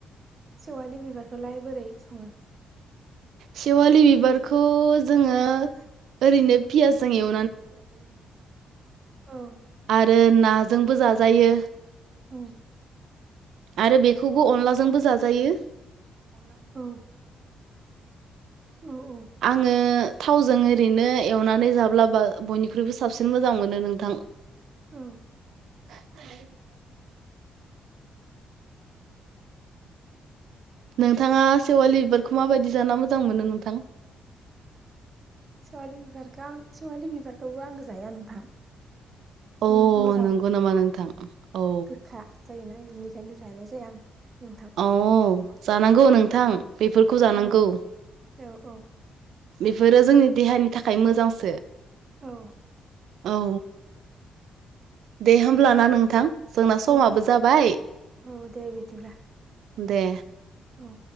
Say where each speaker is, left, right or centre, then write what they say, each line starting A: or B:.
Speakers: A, on the right (about 40°); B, on the right (about 75°).
A: सेवालि बिबारखौलाय बोरै सङो
B: सेवालि बिबारखौ जोङो ओरैनो पियासनि
A: औ
B: आरो नाजोंबो जाजायो
A: <unintelligible>
B: आरो बेखौबो अनलाजोंबो जाजायो
A: औ औ औ
B: आङो थावजों ओरैनो एवनानै जाब्लाबा बयनिख्रुइबो साबसिन मोजां मोनो नोंथां
A: औ
B: <inaudible> नोंथाङा सेवालि बिबारखौ माबायदि जाना मोजां मोनो नोंथां
A: सेवालि बिबारखौ आं सेवालि बिबारखौबो आं जाया नोंथां
B: अ
A: <unintelligible>
B: नंगौ नामा नोंथां औ
A: बिनिखायनो जानाय जाया आं नोंथां
B: औ जानांगौ नोंथां बेफोरखौ जानांगौ
A: औ औ औ
B: बेफोरो जोंनि देहानि थाखाय मोजांसो
A: औ
B: औ दे होमब्लाना नोंथां जोंना समाबो
A: औ
B: जाबाय
A: औ दे बिदिब्ला
B: दे
A: औ